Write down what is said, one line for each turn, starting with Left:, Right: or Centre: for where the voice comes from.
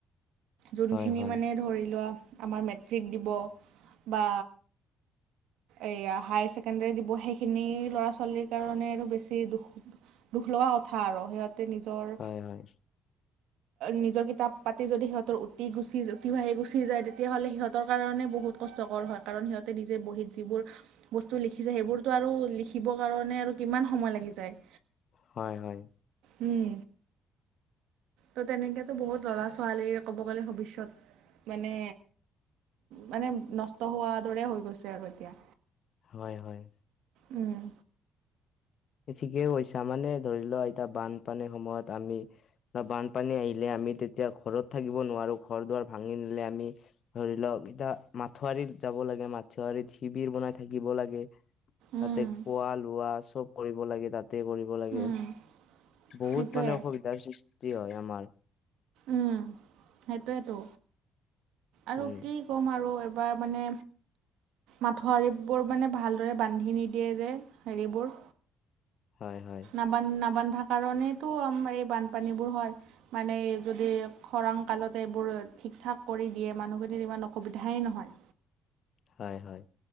Right: যোনখিনি
Left: হয় হয়
Right: মানে ধৰি লোৱা আমাৰ মেট্ৰিক দিব বা এইয়া হায়াৰ ছেকেণ্ডৰী দিব সেইখিনি ল'ৰা ছোৱালীৰ কাৰণে আৰু বেছি দুখ দুখ লগা কথা আৰু সিহঁতে নিজৰ
Left: <unintelligible>
Right: নিজৰ কিতাপ পাতি যদি সিহঁতৰ উতি গুচি উতি বাঢ়ি গুচি যায় তেতিয়াহ'লে সিহঁতৰ কাৰণে বহুত কষ্টকৰ হয় কাৰণ সিহঁতে নিজে বহীত যিবোৰ বস্তু লিখিছে সেইবোৰতো আৰু লিখিবৰ কাৰণে আৰু কিমান সময় লাগি যায়।
Left: হয় হয়।
Right: উম। ত' তেনেকেতো বহুত ল'ৰা ছোৱালী ক'ব গ'লে ভৱিষ্যত মানে মানে নষ্ট হোৱাৰ দৰে হৈ গৈছে আৰু এতিয়া।
Left: হয় হয়।
Right: উম।
Left: ঠিকেই কৈছা মানে ধৰি লোৱা এতিয়া বানপানীৰ সময়ত আমি বা বানপানী আহিলে আমি তেতিয়া ঘৰত থাকিব নোৱাৰোঁ ঘৰ দুৱাৰ ভাঙি নিলে আমি ধৰি লওক এতিয়া মাথুৱৰিত যাব লাগে মাথুৱৰিত শিবিৰ বনাই থাকিব লাগে। তাতে
Right: উম,
Left: খোৱা লোৱা চব ল তাতে কৰিব লাগে
Right: উম,
Left: বহুত
Right: সেইটোৱে
Left: মানে অসুবিধাৰ সৃষ্টি হয় আমাৰ।
Right: উম সেইটোৱে আৰু
Left: উম
Right: কি ক'ম আৰু এবাৰ মানে মাথো আৰি বোৰ মানে ভালদৰে বান্ধি নিদিয়ে যে হেৰিবোৰ।
Left: হয় হয়।
Right: নান নাবান্ধা কাৰণেটো এই বানপানীবোৰ হয়। মানে যদি খৰাং কালতে এইবোৰ ঠিক ঠাক কৰি দিয়ে মানুহখিনিৰ ইমান অসুবিধাই নহয়।
Left: হয় হয়।